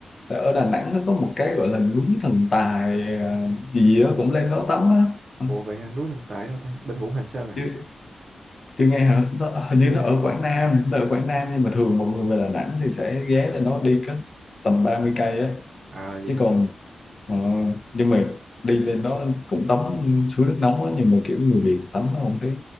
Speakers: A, on the left; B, on the right.
A: Tại ở Đà Nẵng nó có một cái gọi là núi thần tài à, gì gì đó cũng lên đó tắm á. Ừ,
B: ủa vậy hả núi Hân Tài đâu ta bên Ngũ Hành Sơn à
A: Chưa chưa nghe hả? Nó, hình
B: chưa
A: như nó ở Quảng Nam, nó ở Quảng Nam nhưng mà thường mọi người về Đà Nẵng thì sẽ ghé lên nó đi cái tầm 30 cây á
B: à vậy
A: chứ
B: hả
A: còn ờ, nhưng mà đi lên đó cũng tắm suối nước nóng á nhưng mà kiểu người Việt tắm nó không thấy